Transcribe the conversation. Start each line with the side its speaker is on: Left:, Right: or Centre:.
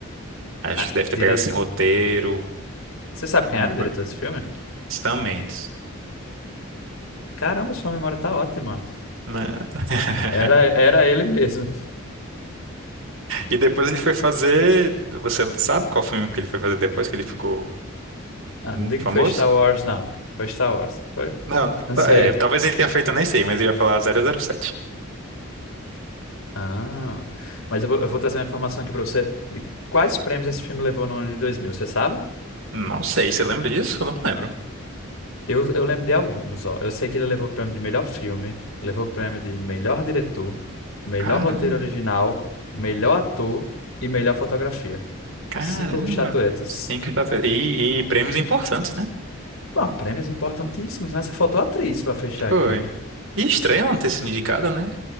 Right: Acho
Left: ah,
Right: que deve
Left: dire...
Right: ter pegado assim roteiro,
Left: você sabe quem
Right: alguma
Left: era
Right: coisa.
Left: o diretor desse filme?
Right: Sam Mendes.
Left: Caramba, sua memória tá ótima.
Right: Né? <laughs>
Left: Era, era ele mesmo.
Right: E depois ele foi fazer. Você sabe qual filme que ele foi fazer depois que ele ficou
Left: Ah,
Right: muito
Left: não diga
Right: famoso?
Left: que foi Star Wars, não. Foi Star Wars, foi?
Right: Não,
Left: Não sei.
Right: é, talvez ele tenha feito, eu nem sei, mas eu ia falar zero zero sete
Left: Ah, mas eu vou, eu vou trazer uma informação aqui para você de quais prêmios esse filme levou no ano de dois mil você sabe?
Right: Não sei, você lembra disso? Eu Não lembro.
Left: Eu, eu lembro de alguns, ó. Eu sei que ele levou o prêmio de melhor filme, levou o prêmio de melhor diretor, melhor
Right: Caramba,
Left: roteiro original, melhor ator e melhor fotografia.
Right: caramba.
Left: Cinco estatuetas.
Right: Sim, quinta-feira. E, e prêmios importantes, né?
Left: Pô, prêmios importantíssimos, né? Só faltou a atriz para fechar
Right: Foi.
Left: aqui.
Right: E estranho ela não ter sido indicada, né?